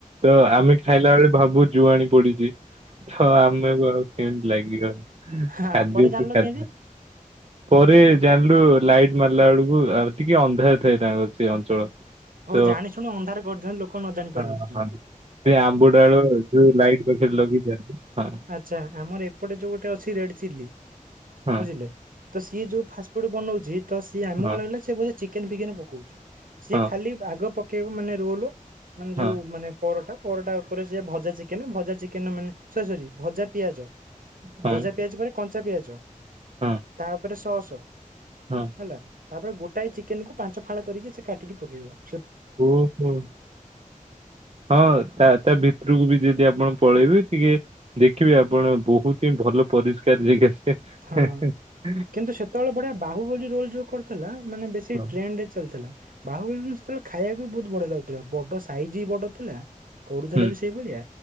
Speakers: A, on the right; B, on the right.
A: ତ ଆମେ ଖାଇଲା ବେଳେ ଭାବୁ ଜୁଆଣି ପଡିଚି ତ ଆମକୁ ଆଉ କେମିତି ଲାଗିବ
B: ହଁ
A: ଖାଦ୍ୟ
B: ପରେ ଜାଣିଲ
A: କି ଖା
B: କେମିତି?
A: ପରେ ଜାଣିଲୁ ଲାଇଟ୍ ମାରିଲା ବେଳକୁ ଆଉ ଟିକେ ଅନ୍ଧାର ଥାଏ ତାଙ୍କର ସେ ଅଞ୍ଚଳ। ତ
B: ହଉ ଜାଣି ଶୁଣୁ ଅନ୍ଧାର କରିଦିଅନ୍ତି ଲୋକ ନ ଜାଣି
A: ହଁ
B: ପାରନ୍ତୁ ଯେମତି
A: ହଁ ସେ ଆମ୍ବୁଡାଳ ଯୋଉ ଲାଇଟ୍ ପାଖରେ ଲଗେଇ ଦିଅନ୍ତି ହଁ।
B: ଆଚ୍ଛା ଆମର ଏପଟେ ଯୋଉ ଗୋଟେ ଅଛି ରେଡ୍ ଚିଲୀ।
A: ହଁ
B: ବୁଝିଲେ ତ ସିଏ ଯୋଉ ଫାଷ୍ଟ ଫୁଡ ବନଉଛି ତ ସିଏ ଆମକୁ
A: ହଁ,
B: ଲାଗିଲା ସି ବୋଧ ଚିକେନ ଫିକେନ ପକଉଛି ସିଏ
A: ହଁ,
B: ଖାଲି ଆଗ ପକେଇବ ମାନେ ରୋଲ ମାନେ
A: ହଁ,
B: ଯୋଉ ମାନେ ପରଟା ପରଟା ଉପରେ ସେି ଭଜା ଚିକେନ ଭଜା ଚିକେନ ମାନେ ସରି ସରି ଭଜା ପିଆଜ।
A: ହଁ,
B: ଭଜା ପିଆଜ ମାନେ କଞ୍ଚା ପିଆଜ
A: ହଁ,
B: ତା ଉପରେ ଶହସ।
A: ହଁ।
B: ହେଲା ତାପରେ ଗୋଟାଏ ଚିକେନକୁୁ ପାଞ୍ଚ ଫାଳ କରିକି ସେ କାଟିକି ପକେଇବ ହେଲା
A: ଓ ହୋ। ହଁ ତା ତା ଭିତରକୁ ବି ଯଦି ଆପଣ ପଳେଇବେ ଟିକେ ଦେଖିବେ ଆପଣ ବହୁତ ଭଲ ପରିଷ୍କାର ଜାଗା।
B: ହଁ
A: ହେଁ ହେଁ।
B: କିନ୍ତୁ ସେତେବେଳେ ବଢିଆ ବାହୁ ବୋଲି ରୋଲ ଯୋଉ କରିଥିଲା ମାନେ ବେଶୀ
A: ହଁ,
B: ଟ୍ରେଣ୍ଡ ରେ ଚାଲିଥିଲା ବାହୁବଳି ଦିନ ସେତେବେଳେ ଖାଇବା ବି ବହୁତ ବଢିଆ ଲାଗୁଥିଲା ବଡ଼ ସାଇଜ୍ ବି ବଡ଼ ଥିଲା କରୁଥିଲା
A: ହୁଁ,
B: ବି ସେଇଭଳିଆ।